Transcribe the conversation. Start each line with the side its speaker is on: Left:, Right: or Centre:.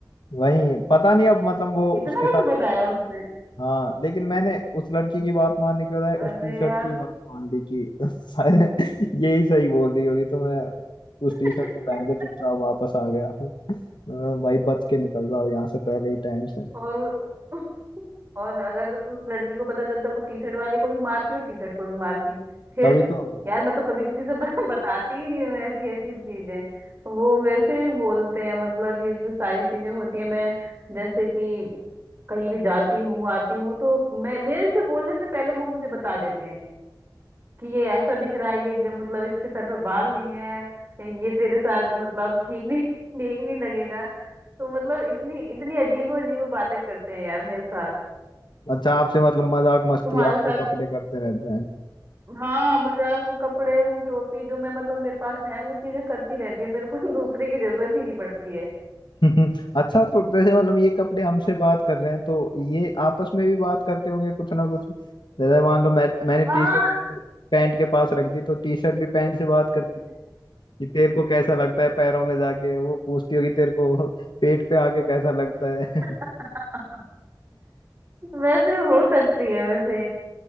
Left: वही पता नहीं अब मतलब वो
Right: इतना
Left: उसके साथ
Right: कुछ बताया उसने
Left: हाँ लेकिन मैंने उस लड़की की बात मानने के बजाय
Right: अरे
Left: उस टी शर्ट
Right: यार
Left: की बात मान ली कि <laughs> शायद यही सही बोल रही होगी तो मैं
Right: <laughs>
Left: उस टी शर्ट को पहन के चुपचाप वापस आ गया मैं, भाई बच के निकल जाओ यहाँ से पहले ही टाइम से
Right: और <laughs> और अगर उस, उस लड़की को पता चलता वो टी शर्ट वाले को भी मारती और टी शर्ट को भी मारती फिर
Left: तभी तो
Right: यार मैं तो कभी किसी से ब- <laughs> बताती ही नहीं हूँ ऐसी ऐसी चीजें वो मेरे से भी बोलते हैं मतलब ये जो सारी चीजें होती है मैं जैसे कि कहीं भी जाती हूँ आती हूँ तो मैं मेरे से बोलने से पहले वो मुझे बता देते हैं कि ये ऐसा दिख रहा है ये ग- मतलब इसके सर पे बाल नहीं है ये तेरे साथ मतलब ठीक नहीं <laughs> ठीक नहीं लगेगा तो मतलब इतनी इतनी अजीबो अजीब बातें करते हैं यार मेरे साथ
Left: अच्छा आपसे मतलब मजाक मस्ती
Right: तुम्हारे
Left: आपके
Right: साथ
Left: कपड़े
Right: तो
Left: करते रहते हैं
Right: हाँ मजाक वो कपड़े वो टोपी जो मैं मतलब मेरे पास है वो चीजें करती रहती है मेरे को <laughs> दूसरे की जरूरत ही नहीं पड़ती है
Left: <laughs> हम्म, अच्छा तो जैसे मतलब ये कपड़े हमसे बात कर रहे हैं तो ये आपस में भी बात करते होंगे कुछ ना कुछ जैसे मान लो मैं मैंने टी
Right: हाँ
Left: शर्ट पैंट के पास रख दी तो टी शर्ट भी पैंट से बात करती है कि तेरे को कैसा लगता है पैरों में जाके वो पूछती होगी तेरे को <laughs> पेट पे आके कैसा लगता है
Right: <laughs> वैसे हो सकती है वैसे